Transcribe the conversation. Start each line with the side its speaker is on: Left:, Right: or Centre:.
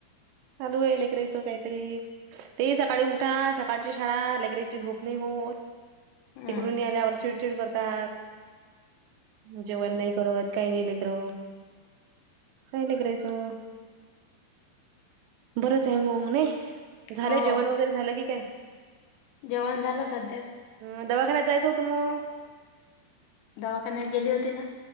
Right: चालू आहे लेकराच काहीतरी ते सकाळी उठा, सकाळची शाळा, लेकराची झोप नाही होत.
Left: हम्म
Right: तिकडून आल्यावर चिडचिड करतात, जेवण नाही करत. काही नाही लेकर, काय नाही करायचं? बरच आहे वो मम्मे. झालंय
Left: हो
Right: जेवण वगैरे झालं की काय?
Left: जेवण झालं सध्यास.
Right: अ दवाखान्यात जायचं होतं मग
Left: दवाखान्यात गेली होती ना?